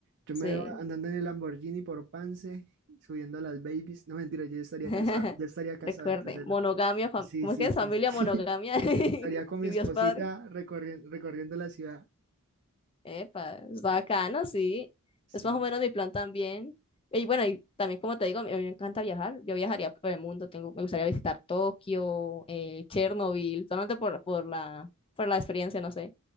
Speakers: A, on the right; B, on the left.
A: Yo
B: sí.
A: me veo andando en el Lamborghini por Pance, subiendo a las babies. No, mentira, yo ya estaría
B: <laughs>
A: casado, ya estaría casado,
B: Recuerde,
A: entonces
B: monogamia,
A: no.
B: fam-
A: Sí,
B: ¿cómo
A: sí,
B: es que es
A: sí,
B: familia
A: sí.
B: monogamia?
A: <laughs>
B: <laughs>
A: Estaría con mi
B: Y
A: esposita
B: Dios Padre.
A: recorri- recorriendo la ciudad.
B: Epa, es bacano, sí.
A: Sí.
B: Es más o menos mi plan también. Y bueno, y también como te digo, a mí a mí me encanta viajar. Yo viajaría por el mundo. Tengo, me gustaría visitar Tokio, eh, Chernobyl, solamente por, por la, por la experiencia, no sé.